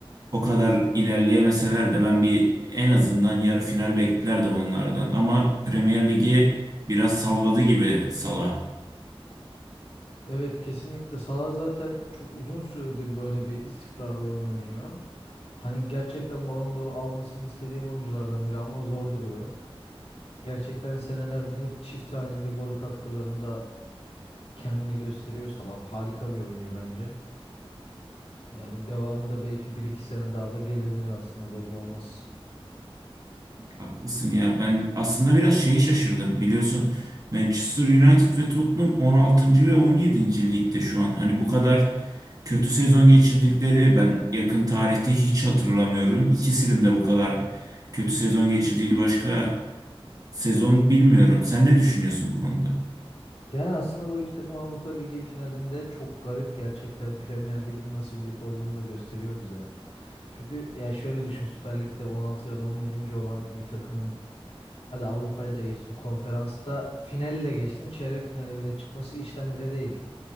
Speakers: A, on the right; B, on the left.
A: o kadar ilerleyemeseler de ben bir en azından yarı final beklerdim onlardan. Ama Premier Lig'i biraz salladı gibi Salah.
B: Evet kesinlikle. Salah zaten çok uzun süredir böyle bir istikrarlı oyun oynuyor. Hani gerçekten Ballon d'Or almasını istediğim oyunculardan biri ama zor duruyor. Gerçekten senelerdir hep çift haneli gol katkılarında kendini gösteriyorsa laf harika bir oyuncu bence. Yani devamı da belki bir iki sene daha da gelebilir aslında belli olmaz.
A: Haklısın ya. Ben aslında biraz şeyi şaşırdım. Biliyorsun Manchester United ve Tottenham on altıncı ve 17. ligde şu an. Hani bu kadar kötü sezon geçirdikleri ben yakın tarihte hiç hatırlamıyorum. İkisinin de bu kadar kötü sezon geçirdiği başka sezon bilmiyorum. Sen ne düşünüyorsun bu konuda?
B: Yani aslında bu iki takım Avrupa Ligi finalinde çok garip gerçekten Premier Lig'in nasıl bir lig olduğunu da gösteriyor bize. Çünkü ya şöyle düşün Süper Lig'de 16 ya da 17. olan bir takımın hadi Avrupa'yı da geçtim konferansta finali de geçtim çeyrek finale bile çıkması işten bile değil.